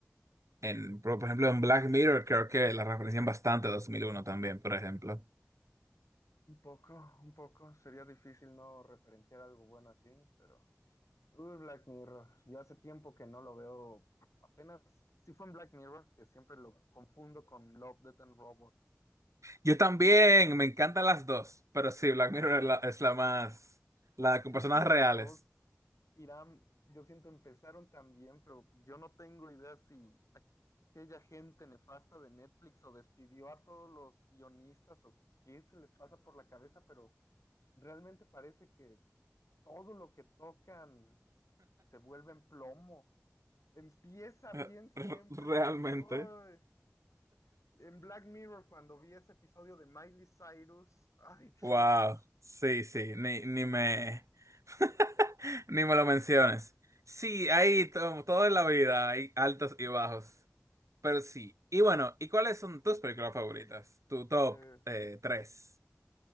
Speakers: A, on the right; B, on the left.
A: en, por por ejemplo, en Black Mirror creo que la referencian bastante 2001 también, por ejemplo.
B: Un poco, un poco. Sería difícil no referenciar algo bueno así, pero... Uy, Black Mirror. Yo hace tiempo que no lo veo. Apenas... Sí fue en Black Mirror, que siempre lo confundo con Love, Death and Robots.
A: Yo también,
B: Es,
A: me encantan las dos, pero sí, Black Mirror es la, es la más... La con
B: es
A: personas
B: que las
A: reales.
B: dos, Irán, yo siento empezaron tan bien, pero yo no tengo idea si aquella gente nefasta de Netflix o despidió a todos los guionistas o qué se les pasa por la cabeza, pero realmente parece que todo lo que tocan se vuelve en plomo. Empieza
A: <laughs>
B: bien siempre,
A: Realmente.
B: pero ¡ay! en Black Mirror, cuando vi ese episodio de Miley Cyrus, ay
A: Wow,
B: <laughs> Dios.
A: sí, sí, ni, ni me <laughs> ni me lo menciones. Sí, ahí to- todo en la vida hay altos y bajos. Pero sí. Y bueno, ¿y cuáles son tus películas favoritas? Tu top
B: Eh,
A: eh, tres.